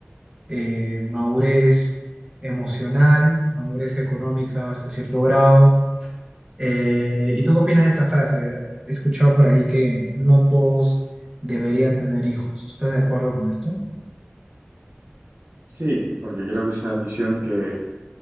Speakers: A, on the right; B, on the right.
A: eh, madurez emocional, madurez económica hasta cierto grado, Eh, ¿y tú qué opinas de esta frase? He escuchado por ahí que no todos deberían tener hijos. ¿Tú estás de acuerdo con esto?
B: Sí, porque creo que es una decisión que